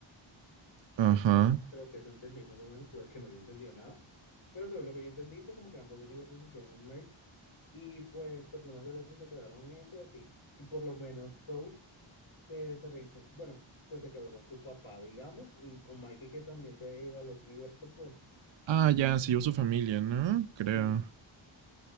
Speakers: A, on the right; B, on the left.
A: Ajá.
B: o creo, creo que eso entendí más o menos, pues que no haya entendido nada. Pero según lo que yo entendí fue como que ambos universos hicieron un merge y pues personas del otro se quedaron en ese así. Y por lo menos Rose se, se reencon- bueno, pues se quedó con su papá, digamos, y con Mikey que también se había ido al otro universo, pues
A: Ah, ya, se llevó su familia, ¿no? Creo.
B: sí,